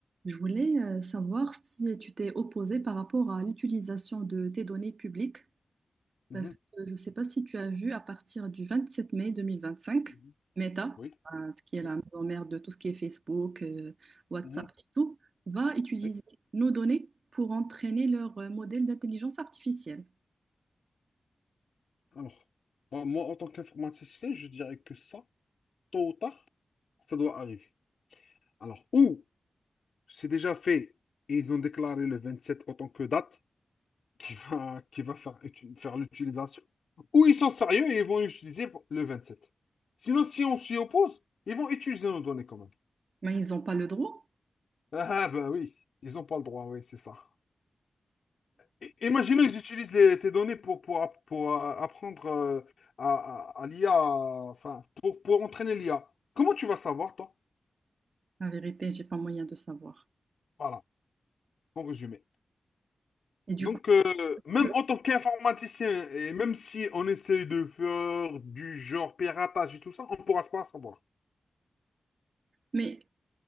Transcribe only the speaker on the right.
Je voulais euh, savoir si tu t'es opposé par rapport à l'utilisation de tes données publiques,
parce que je ne sais pas si tu as vu à partir du 27 mai 2025,
Meta,
euh, qui est
la maison mère de tout ce qui est Facebook, euh, WhatsApp
et tout, va utiliser
nos données pour entraîner leur euh, modèle d'intelligence artificielle.
Mais ils n'ont pas le droit.
La vérité, j'ai pas moyen de savoir.
Et du
coup,
euh,
mais